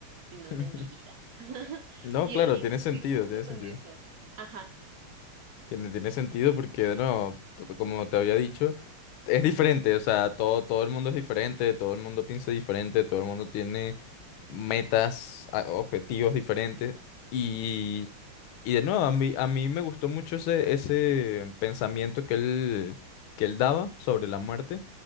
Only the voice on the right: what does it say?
sino
de mi vida. <laughs>
Y,
y
estoy justo
con
eso. Ajá,